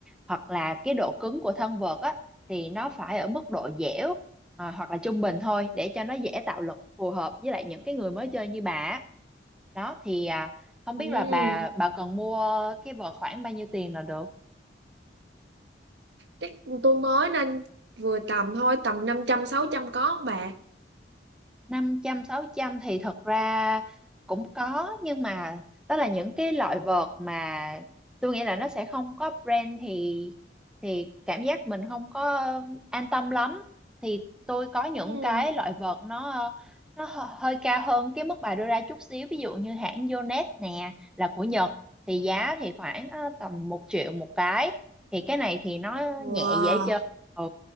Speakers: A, in the centre; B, on the right (about 75°).
A: hoặc là cái độ cứng của thân vợt á thì nó phải ở mức độ dẻo ờ, hoặc là trung bình thôi để cho nó dễ tạo lực phù hợp với lại những cái người mới chơi như bà á. đó thì à, không
B: Ừm,
A: biết là bà bà cần mua cái vợt khoảng bao nhiêu tiền là được
B: chắc tôi mới nên vừa tầm thôi, tầm năm trăm sáu trăm có không bà?
A: năm trăm sáu trăm thì thật ra cũng có nhưng mà đó là những cái loại vợt mà tôi nghĩ là nó sẽ không có brand thì thì cảm giác mình không có an tâm lắm thì tôi có những
B: Ừm,
A: cái loại vợt nó nó hơ- hơi cao hơn cái mức bà đưa ra chút xíu ví dụ như hãng Yonex nè là của Nhật thì giá thì khoảng ờ, tầm một triệu một cái thì cái này thì nó
B: Wow,
A: nhẹ dễ chơi ừ